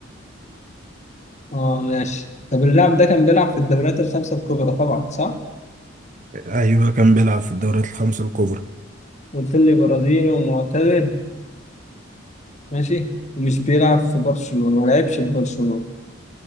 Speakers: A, on the left; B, on the right.
A: اه ماشي طب اللاعب ده كان بيلعب في الدوريات الخمسة الكبرى طبعا صح؟
B: ايوه كان بيلعب في الدوريات الخمسة الكبرى
A: قلت لي برازيلي ومعتزل ماشي ومش بيلعب في برشلونة ما لعبش في برشلونة